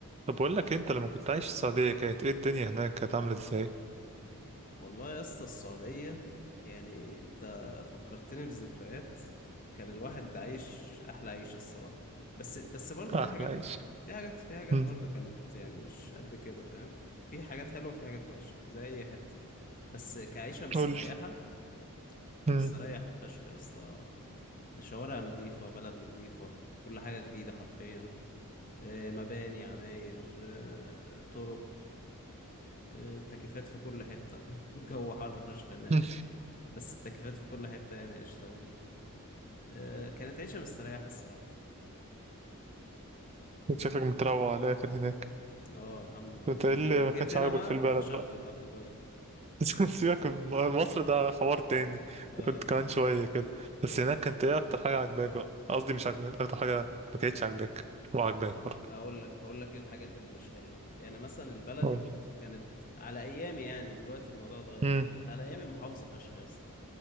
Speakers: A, on the right; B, on the left.
A: طب بقول لك انت لما كنت عايش في السعودية كانت ايه الدنيا هناك كانت عاملة ازاي؟
B: والله يا اسطى السعودية يعني انت فكرتني بذكريات كان الواحد عايش احلى عيشة الصراحة بس بس برضه
A: احلى
B: في حاجات
A: عيش
B: في حاجات في حاجات
A: مم.
B: برضه كانت يعني مش قد كده فاهم في حاجات حلوة وفي حاجات وحشة زي اي حتة بس كعيشة مستريحة
A: قول لي.
B: كنت
A: مم.
B: مستريح فشخ يا اسطى الشوارع نظيفة بلد نظيفة كل حاجة جديدة حرفيا آه، مباني عماير آه، طرق آه، تكييفات في كل حتة <laughs> الجو حر فشخ هناك
A: <laughs> مم.
B: بس التكييفات في كل حتة يعني قشطة يعني آه، كانت عيشة مستريحة الصراحة
A: كنت شكلك متروع على الاخر هناك
B: اه الحمد لله
A: كنت
B: كانت
A: قايل
B: حلوة
A: لي ما
B: جيت
A: كانش
B: هنا
A: عاجبك
B: بقى
A: في البلد
B: اتفشخت
A: بقى
B: بقى في البلد دي
A: <laughs>
B: <laughs>
A: بس سيبك من مصر ده حوار تاني
B: اه
A: كنت كمان شوية كده بس
B: اه
A: هناك كانت ايه اكتر حاجة عاجباك بقى؟ قصدي مش عاجباك اكتر حاجة ما كانتش عاجباك وعاجباك برضه
B: هقول لك هقول لك ايه الحاجات اللي مش حلوة يعني مثلا البلد
A: قول لي.
B: كانت على ايامي يعني دلوقتي الموضوع اتغير
A: مم.
B: كانت على ايامي محافظة فشخ يا اسطى